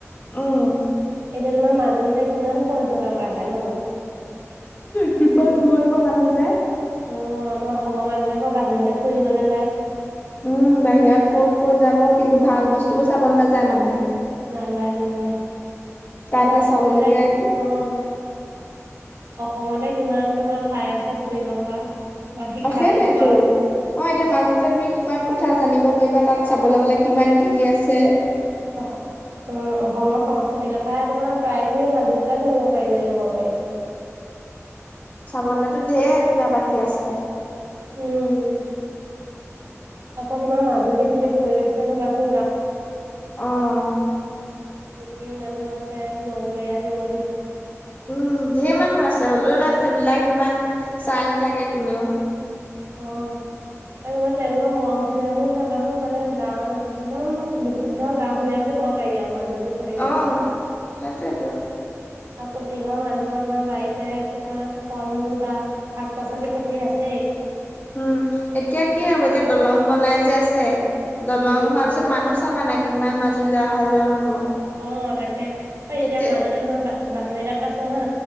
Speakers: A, on the left; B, on the right.
A: উম।
B: এতিয়া তোমাৰ মাজুলীতে কিমান পৰ্যটক আহে ন?
A: কিমান
B: এতিয়া
A: দূৰৰ পৰা মানুহ যায়।
B: অ আমাৰ অসমৰ মানুহে আকৌ বাহিৰতে ফুৰিবলৈ যায়।
A: উম বাহিৰত ক'ত ক'ত যাব কিন্তু ভাল বস্তু বোৰ চাবলৈ নাযায় মানুহে।
B: নাযায় নাযায়
A: তাত
B: এতিয়া অসমতে
A: চাবলগীয়া কি
B: অঁ। অসমতে কিমান তোমাৰ ঠাই আছে ফুৰিব পৰা। বা শিক্ষা
A: অঁ সেইটোইটো।
B: ল'ব পৰা
A: অ এতিয়া মাজুলীতে তুমি কিমান কথা জানিব পাৰিবা তাত চাবলৈ গলে কিমান কি কি আছে।
B: অঁহ। অঁ অসমৰ সংস্কৃতিৰ কথাই তোমাৰ প্ৰায় খিনি মাজুলীৰ পৰা জানিব পাৰি বুলি কব পাৰি।
A: চাবলেতো ধঢেৰ কিবা বাকী আছে।
B: উ'ম। আকৌ তোমাৰ মাজুল যদি গোটেই পৰিবেশতটো আছে চাবাচোন গাঁৱ
A: অঁহ।
B: মিচিং মানুহ আছে নৈপৰীয়া জীৱন।
A: উম ধেৰ মানুহ আছে হলেও তাত সেইবিলাক ইমান চাই নাথাকে কোনেও।
B: অঁ আৰু মই তেনেকুৱা মৰম চেনেহবোৰ চাবাচোন মানে গাঁৱত একদম শুদ্ধ গাওহূলীয়া বুলি ক'ব পাৰি আৰু মাজুলীৰ পৰিৱেশটো।
A: অ সেইটোৱেইটো
B: আৰু প্ৰতি ঘৰ মানুহৰ বা বাৰীতে তোমাৰ ফল মূল বা শাক পাচলি খেতি আছেই।
A: উম এতিয়া কি হ'ব এতিয়া দলং বনাই যে আছে দলং
B: উম
A: হোৱাৰ পিছত মানুহ চাবা না কিমান মাজুলীলে অহা যোৱা হ'ব।
B: অ তাকে ঐ এতিয়া
A: তেতিয়া
B: মাজতে তোমাৰ বা বাতৰি এটাত পাইছো হা